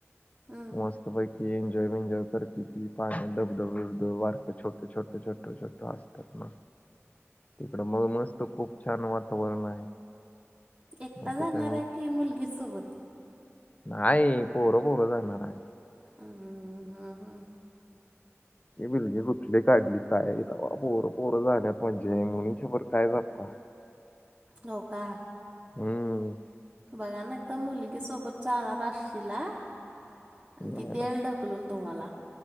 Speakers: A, on the right; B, on the left.
A: हम्म.
B: मस्त पई क जय विंजय करते ती पाणी डबधबबडं वारक छोट छोटं छोट छोट असतात मग तिकडं मग मस्त खूप छान वातावरण आहे.
A: एकटा
B: मग ठिकाणी
A: जाणार आहे की मुलगी सोबत
B: नाही पोहरं पोहरं जाणार आहे.
A: हम हा हा.
B: बिलगी कुठली काढली कायता पोरं पोरं झाल्या म्हणजे मु शबर काय जातत
A: नका.
B: हम्म.
A: बघा ना तर मुलगी सोबत जाणार असशील ह आणि
B: नाही
A: ती देलढक
B: नाही
A: उकलून तुम्हाला